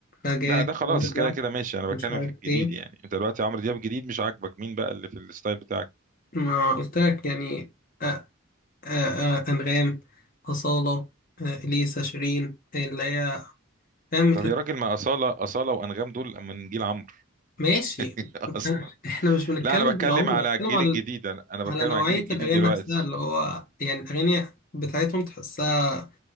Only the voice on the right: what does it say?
لا ده خلاص
كده كده ماشي انا
بتكلم
في الجديد
يعني انت دلوقتي عمرو دياب جديد مش عاجبك مين بقى اللي في الستايل بتاعك
طب يا راجل ما أصالة أصالة وأنغام دول من جيل عمرو
<laughs>
أصلا
لا أنا بتكلم
على
الجيل
الجديد أنا أنا بتكلم
على الجيل الجديد
دلوقتي